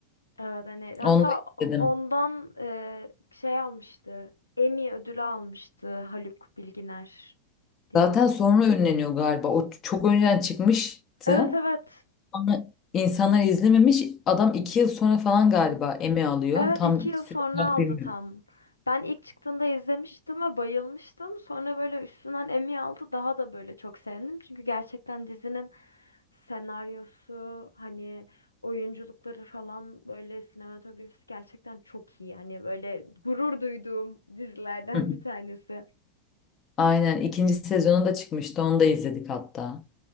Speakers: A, on the left; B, on the left.
A: Evet hani hatta
B: Onu da izledim.
A: ondan e, şey almıştı. Emmy ödülü almıştı Haluk Bilginer diye.
B: Zaten
A: bir-
B: sonra ünleniyor galiba. O çok önceden çıkmıştı.
A: Evet evet.
B: Ama insanlar izlememiş. Adam iki yıl sonra falan galiba Emmy alıyor.
A: Evet
B: Tam
A: iki yıl
B: süre
A: sonra
B: olarak
A: aldı
B: bilmiyorum.
A: tam. Ben ilk çıktığında izlemiştim ve bayılmıştım. Sonra böyle üstünden Emmy aldı daha da böyle çok sevindim. Çünkü gerçekten dizinin senaryosu hani oyunculukları falan böyle sinematografisi gerçekten çok iyi. Hani böyle gurur duyduğum dizilerden
B: <laughs>
A: bir tanesi.
B: Aynen ikinci sezonu da çıkmıştı. Onu da izledik hatta.